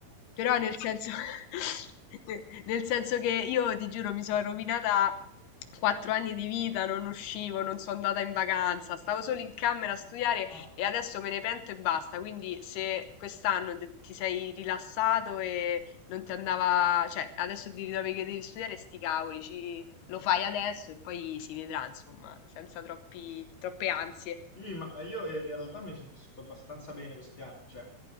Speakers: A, on the left (about 85°); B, on the left (about 35°).
A: Però nel senso, <laughs> nel senso che io ti giuro mi sono rovinata quattro anni di vita, non uscivo, non sono andata in vacanza, stavo solo in camera a studiare
B: Mazza.
A: e adesso me ne pento e basta. Quindi se quest'anno te- ti sei rilassato e non ti andava, cioè adesso ti ritrovi che devi studiare, sti cavoli, ci- lo fai adesso e poi si vedrà, insomma, senza troppi, troppe ansie.
B: Sì, ma, ma io in in realtà mi sono vissuto abbastanza bene questi anni, cioè